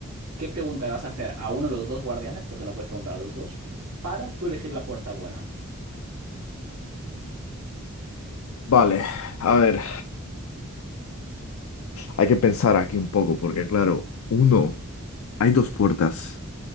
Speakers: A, on the right; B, on the left.
A: ¿Qué pregunta le vas a hacer a uno de los dos guardianes? Porque no puedes preguntar a los dos. Para tú elegir la puerta buena.
B: Vale, a ver, hay que pensar aquí un poco, porque claro, uno, hay dos puertas.